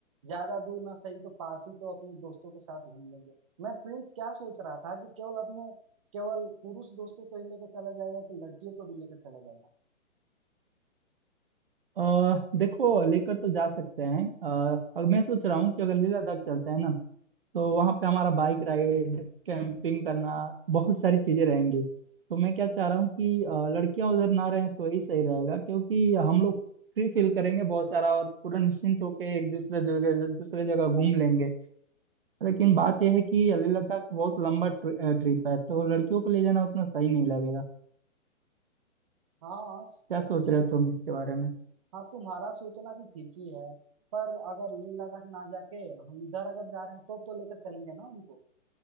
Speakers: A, on the right (about 25°); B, on the right (about 45°).
A: ज्यादा दूर ना सही तो पास ही तो अपने दोस्तों के साथ घूम लेंगे मैं प्रिंस क्या सोच रहा था कि केवल अपने केवल पुरुष दोस्तों को ही लेकर चला जाएगा कि लड़कियों को भी लेकर चला जाएगा
B: अ, देखो लेकर तो जा सकते हैं अ, और मैं सोच रहा हूँ कि अगर लेह लद्दाख चलते हैं ना तो वहाँ पे हमारा बाइक राइड कैंपिंग करना बहुत सारी चीजें रहेंगी तो मैं क्या चाह रहा हूँ कि अ, लड़कियां उधर ना रहें तो यही सही रहेगा क्योंकि हम लोग फ्री फील करेंगे बहुत सारा और पूरा निश्चिंत होकर एक दूसरे जगह दूसरे जगह घूम लेंगे लेकिन बात यह है कि लेह लद्दाख बहुत लंबा ट्रि, ट्रिप है तो लड़कियों को ले जाना उतना सही नहीं लगेगा
A: हाँ
B: क्या
A: ठीक
B: सोच रहे
A: है
B: हो तुम इसके बारे में
A: हाँ तुम्हारा सोचना भी ठीक ही है पर अगर लेह लद्दाख ना जाके हम इधर अगर जा रहे हैं तो तो लेकर चलेंगे ना उनको